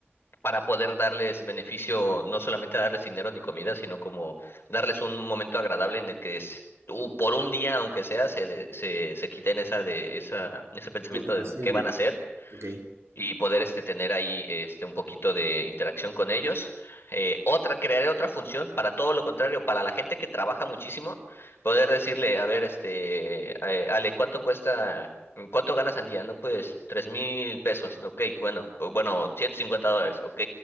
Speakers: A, on the left (about 60°); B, on the right (about 80°).
A: para poder darles beneficio, no solamente darles dinero ni comida, sino como darles un momento agradable en el que s- u- por un día, aunque sea, se, de- se, se quiten esa de, esa, ese pensamiento
B: Preocupación,
A: de qué van
B: digamos.
A: a hacer
B: Ok.
A: y poder este tener ahí este un poquito de interacción con ellos. Eh, otra, crearé otra función para todo lo contrario, para la gente que trabaja muchísimo, poder decirle, a ver, este, eh, Ale, ¿cuánto cuesta? ¿Cuánto ganas al día? No, pues tres mil pesos, ok, bueno, o bueno, 150 dólares, ok,